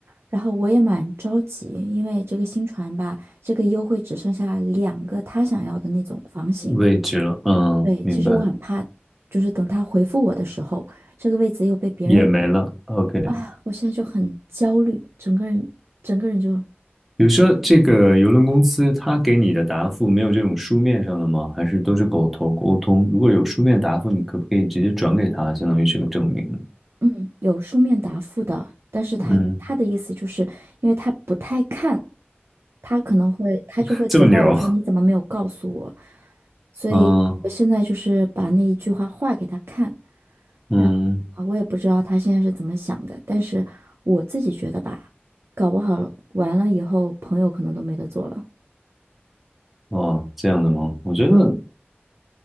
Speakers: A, on the right; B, in the centre.
A: 然后我也蛮着急，因为这个新船吧，这个优惠只剩下两个他想要的那种房型。
B: 位置了，嗯，
A: 对，
B: 明白，
A: 其实我很怕，就是等他回复我的时候，这个位置又被别人，
B: 也没了。OK，
A: 哎呀，我现在就很焦虑，整个人整个人就
B: 比如说这个邮轮公司，他给你的答复没有这种书面上的吗？还是都是口头沟通？如果有书面答复，你可不可以直接转给他，相当于是个证明呢
A: 嗯，有书面答复的，但是他他的意思就是，
B: 嗯，
A: 因为他不太看，他可能会他就会责怪我说你怎么没有告诉我，
B: 这么牛，
A: 所以我现在就是把那一句话画给他看，
B: 嗯嗯，
A: 然后啊，我也不知道他现在是怎么想的，但是我自己觉得吧，搞不好完了以后朋友可能都没得做了。
B: 哦，这样的吗？我觉得，
A: 嗯